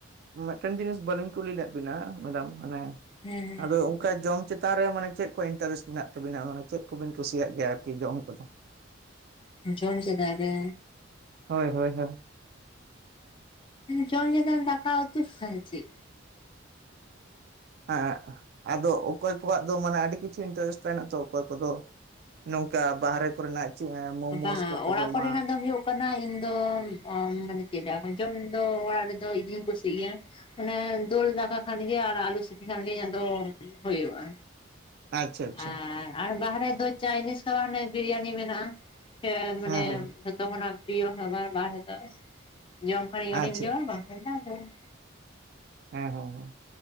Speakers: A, on the right; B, on the left.
A: ᱢᱤᱫᱴᱮᱱ ᱡᱤᱱᱤᱥ ᱵᱟᱹᱞᱤᱧ ᱠᱩᱞᱤ ᱞᱮᱫ ᱵᱤᱱᱟ ᱢᱮᱰᱟᱢ ᱦᱟᱱᱮ
B: ᱦᱩᱸ
A: ᱟᱫᱚ ᱚᱱᱠᱟ ᱡᱚᱢ ᱪᱮᱛᱟᱱ ᱨᱮ ᱢᱟᱱᱮ ᱪᱮᱫ ᱠᱚ ᱤᱱᱴᱟᱨᱮᱥᱴ ᱢᱮᱱᱟᱜ ᱛᱟᱵᱤᱱᱟ ᱢᱟᱱᱮ ᱪᱮᱫ ᱠᱚᱵᱤᱱ ᱠᱩᱥᱤᱭᱟᱜ ᱜᱮᱭᱟ ᱟᱨᱠᱤ ᱡᱟᱢ ᱠᱚᱫᱚ?
B: ᱡᱟᱢ ᱪᱮᱛᱟᱱ ᱨᱮ?
A: ᱦᱳᱭ ᱦᱳᱭ ᱦᱳᱭ᱾
B: ᱡᱚᱢ ᱪᱮᱛᱟᱱ ᱫᱟᱠᱟ ᱩᱛᱩ ᱟᱨ ᱪᱮᱫ᱾
A: ᱦᱮᱸᱜ ᱟᱫᱚ ᱚᱠᱚᱭ ᱠᱚᱣᱟᱜ ᱫᱚ ᱢᱟᱱᱮ ᱟᱹᱰᱤ ᱠᱤᱪᱷᱩ ᱤᱱᱴᱟᱨᱮᱥᱴ ᱛᱟᱦᱮᱱᱟ ᱛᱚ ᱚᱠᱚᱭ ᱠᱚᱫᱚ ᱱᱚᱝᱠᱟ ᱵᱟᱦᱨᱮ ᱠᱚᱨᱮᱱᱟᱜ ᱪᱮᱫ ᱢᱳᱢᱳᱥ
B: ᱵᱟᱝ
A: ᱠᱚᱠᱚ
B: ᱚᱲᱟᱜ
A: ᱡᱚᱢᱟ᱾
B: ᱠᱚᱨᱮᱱᱟᱜ ᱫᱚ ᱦᱩᱭᱩᱜ ᱠᱟᱱᱟ ᱤᱧ ᱫᱚ ᱚ ᱢᱟᱱᱮ ᱪᱮᱫ ᱞᱟᱹᱭᱟ ᱠᱚ ᱡᱚᱢ ᱫᱚ ᱚᱲᱟᱜ ᱨᱮᱫᱚ ᱤᱧᱤᱧ ᱠᱩᱥᱤᱭᱟᱜ ᱜᱮᱭᱟ ᱢᱟᱱᱮ ᱫᱳᱞ ᱫᱟᱠᱟ ᱠᱷᱟᱱᱜᱮ ᱟᱨ ᱟᱞᱩ ᱥᱤᱯᱤ ᱠᱷᱟᱱᱜᱮ ᱤᱧᱟᱜ ᱫᱚ ᱦᱩᱭᱩᱜᱼᱟ᱾
A: ᱟᱪᱪᱷᱟ ᱟᱪᱪᱷᱟ
B: ᱟᱨ ᱟᱨ ᱵᱟᱦᱨᱮ ᱫᱚ ᱪᱟᱭᱱᱤᱥ ᱠᱷᱟᱵᱟᱨ ᱦᱟᱱᱮ ᱵᱤᱨᱭᱟᱱᱤ ᱢᱮᱱᱟᱜᱼᱟ᱾ ᱥᱮ ᱢᱟᱱᱮ
A: ᱦᱮᱸ ᱦᱮᱸ
B: ᱡᱷᱚᱛᱚ ᱠᱷᱚᱱᱟᱜ ᱯᱨᱤᱭᱚ ᱠᱷᱟᱵᱟᱨ ᱵᱟᱦᱨᱮ ᱫᱚ᱾ ᱡᱚᱢ ᱠᱷᱟᱱᱤᱧ
A: ᱟᱪᱪᱷᱟ
B: ᱚᱟᱧ ᱡᱚᱢᱟ ᱵᱟᱝ <unintelligible>
A: ᱦᱮᱸ ᱦᱮᱸ ᱦᱮᱸ᱾